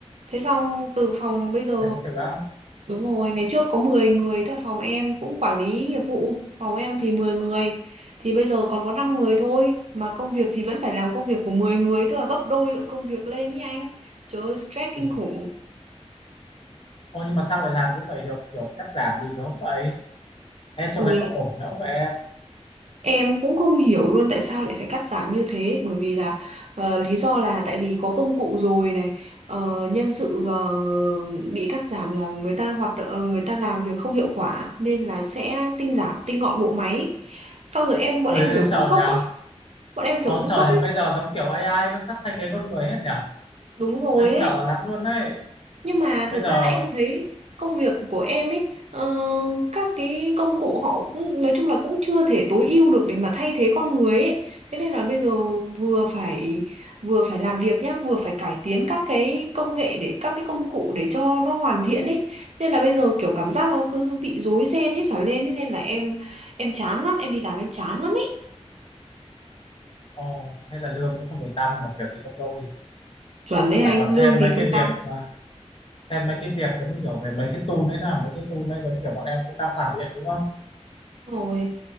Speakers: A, on the right; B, on the left.
A: thế xong từ phòng bây giờ
B: phải thực sự á
A: đúng rồi ngày trước có mười người tại phòng em cũng quản lý nghiệp vụ phòng em thì mười người thì bây giờ còn có 5 người thôi mà công việc thì vẫn phải làm công việc của mười người tức là gấp đôi lượng công việc lên ý anh trời ơi stress
B: ừ.
A: kinh khủng
B: Ôi nhưng mà sao lại làm như vậy được kiểu cắt giảm gì nó không vậy em trong
A: Ui
B: đây có ổn đâu vậy em
A: Em cũng không hiểu luôn tại sao lại phải cắt giảm như thế bởi vì là ờ, lý do là tại vì có công cụ rồi này ờ, nhân sự ờ, bị cắt giảm là người ta hoạt động ờ, người ta làm việc không hiệu quả nên là sẽ tinh giảm tinh gọn bộ máy xong rồi em bọn
B: ôi
A: em kiểu cũng
B: sợ
A: sốc
B: nhở
A: ấy bọn em kiểu
B: Ờ
A: cũng
B: sợ
A: sốc
B: nhở
A: ấy
B: bây giờ giống kiểu AI nó sắp thay thế con người hết nhở
A: đúng rồi
B: ôi anh sợ
A: ấy
B: lắm luôn đấy
A: Nhưng mà
B: bây
A: thật
B: giờ
A: ra em thấy công việc của em ấy, ờ, các cái công cụ họ cũng nói chung là cũng chưa thể tối ưu được để mà thay thế con người ấy. Thế nên là bây giờ vừa phải vừa phải làm việc nhá, vừa phải cải tiến các cái công nghệ để các cái công cụ để cho nó hoàn thiện ấy. Nên là bây giờ kiểu cảm giác nó cứ bị rối ren hết cả lên ấy. Nên là em em chán lắm, em đi làm em chán lắm ấy.
B: ồ hay là lương cũng không được tăng mà việc thì gấp đôi
A: Chuẩn đấy
B: lại
A: anh,
B: còn
A: lương
B: thêm
A: thì
B: mấy
A: không
B: cái
A: tăng.
B: việc mà thêm mấy cái việc giống như kiểu về mấy cái tool đấy là mấy cái tool đấy giống kiểu bọn em cũng đang hoàn thiện đúng không
A: rồi